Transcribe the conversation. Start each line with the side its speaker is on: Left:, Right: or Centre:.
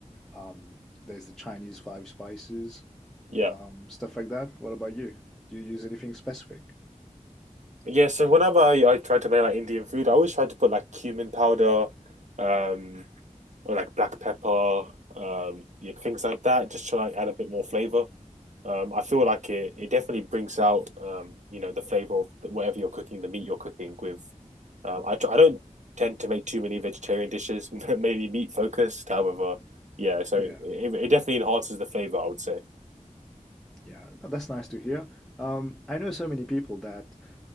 Centre: um, there's the Chinese five spices,
Right: Yeah.
Centre: um, stuff like that. What about you? Do you use anything specific?
Right: Yeah, so whenever I, I try to make like Indian food, I always try to put like cumin powder, um, or like black pepper, um, yeah, things like that, just to like add a bit more flavor. Um, I feel like it, it definitely brings out um, you know the flavor of whatever you're cooking, the meat you're cooking with. Um, I I don't tend to make too many vegetarian dishes, <laughs> mainly meat focused. However, yeah, so
Centre: Yeah,
Right: it, it definitely enhances the flavor, I would say.
Centre: yeah, tha- that's nice to hear. Um, I know so many people that